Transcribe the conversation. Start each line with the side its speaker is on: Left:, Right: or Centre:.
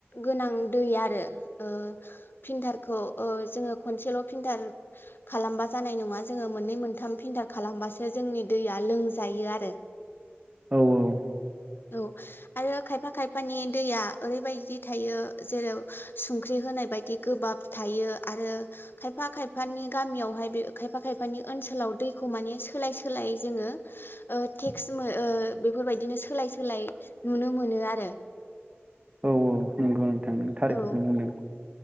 Left: गोनां दै आरो। ओ फिनथारखौ जोङ ओ खनसेल' फिनथार खालामबा जानाय नङा जोङो मोननै मोनथाम फिलटार खालामबासो जोंनि दैया लोंजायो आरो।
Right: औ औ।
Left: औ। आरो खायफा खायफानि दैया ओरैबायदि थायो जेराव संख्रि होनाय बायदि गोबाब थायो आरो खायफा खायफानि गामियावहाय बे खायफा खायफानि ओनसोलाव दैखौ माने सोलाय सोलाय जोङो ओ टेक्स ओ बेफोरबायदिनो सोलाय सोलाय नुनो मोनो आरो।
Right: औ औ नंगौ आं थांदों थारिखखौनो
Left: औ
Right: बुंदों।